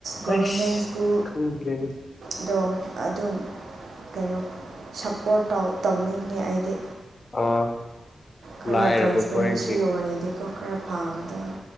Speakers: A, on the right; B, on the left.
A: ꯒꯣꯕꯔꯃꯦꯟ
B: ꯑꯩꯁ
A: ꯁ꯭ꯀꯨꯜ
B: ꯈꯪꯗ꯭ꯔꯦꯅꯦ
A: ꯑꯗꯣ ꯑꯗꯨꯝ ꯀꯩꯅꯣ ꯁꯞꯄꯣꯔꯠ ꯇꯧꯅꯤꯡꯗꯦ ꯑꯩꯗꯤ
B: ꯑꯥ
A: ꯈꯔ
B: ꯂꯥꯏꯔꯕ
A: ꯇ꯭ꯔꯥꯟꯁꯄꯦꯔꯦꯟꯁꯤ
B: ꯈꯣꯏꯒꯤ
A: ꯑꯣꯏꯔꯗꯤꯀꯣ ꯈꯔ ꯐꯥꯒꯗꯕ